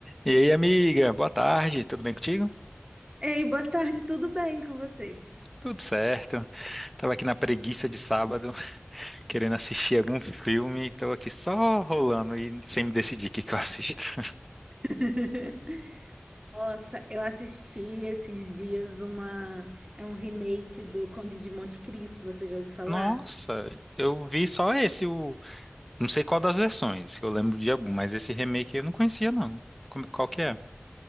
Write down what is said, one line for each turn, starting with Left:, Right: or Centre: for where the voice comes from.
Centre: E aí, amiga, boa tarde, tudo bem contigo?
Right: Ei, boa tarde, tudo bem com você?
Centre: Tudo certo. Tava aqui na preguiça de sábado, <laughs> querendo assistir algum filme, e tô aqui só rolando e sem me decidir o que que eu assisto. <laughs>
Right: <laughs> Nossa, eu assisti esses dias uma. É um remake do Conde de Monte Cristo, você já ouviu falar?
Centre: Nossa, eu vi só esse, o... não sei qual das versões, eu lembro de algum, mas esse remake eu não conhecia, não. Como- Qual que é?